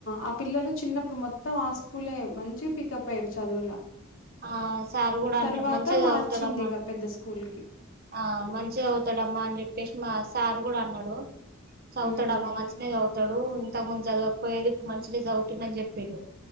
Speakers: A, on the left; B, on the right.
A: ఆ పిల్లలు చిన్నప్పుడు మొత్తం ఆ స్కూలే మంచిగా పికప్ అయ్యిరు. చదువుల
B: ఆ సార్ కూడా అంటాడు
A: తర్వాత
B: మంచిగా
A: మార్చిందిగ
B: చదువుతాడ అమ్మా
A: పెద్ద స్కూల్‌కి.
B: ఆ మంచి చే అవుతాడమ్మా అన్ జేప్పేసి మా సార్ గూడా అన్నడు చవుతాడు
A: హ్మ్.
B: అమ్మా మంచిగానే చవుతాడు ఇంతముందు చదవకపోయేది ఇప్పుడు మంచిదగ చదువుతుందని చేపిండు